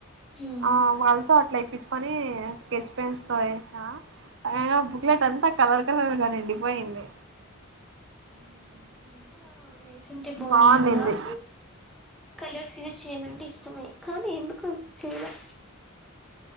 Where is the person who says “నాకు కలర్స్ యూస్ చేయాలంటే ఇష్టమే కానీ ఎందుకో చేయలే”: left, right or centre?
Centre